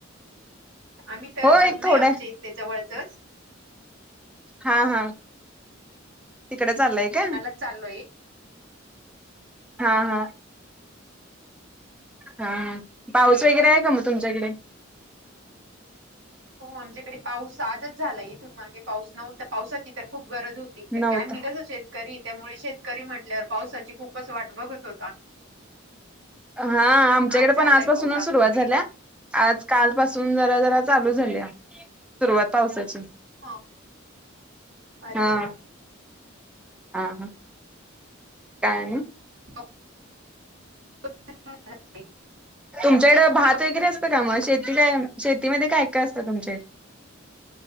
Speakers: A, on the right; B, in the centre.
A: आम्ही तर
B: हो
A: लग्न
B: एक थोडं
A: आहे आमच्या इथले जवळचच
B: हा हा तिकडे चाललंय
A: लग्नालाच
B: काय?
A: चाललोय
B: हा हा. हा ह पाऊस वगैरे आहे का मग तुमच्याकडे?
A: हो आमच्याकडे पाऊस आजच झालाय इथून मागे पाऊस नव्हता पावसाात तर खूप गरज होती तर
B: नव्हता
A: काय मी कसं शेतकरी त्यामुळे शेतकरी म्हंटल्यावर पावसाची खूपच वाट बघत होतो.
B: हा आमच्याकडे
A: आज झालाय
B: पण आजपासूनच
A: पाऊस आमच्याकडे
B: सुरुवात झाल्या आज काल पाासून जरा जरा चालू झाले सुरुवात पावसाची.
A: हा अच्छा.
B: हा हा हा काय ना..
A: हा. <inaudible>
B: तुमच्याकडें भात
A: पिकाकडे
B: वगैरे असतं का मग शेतीला श... त मध्ये काय काय असतं तुमच्या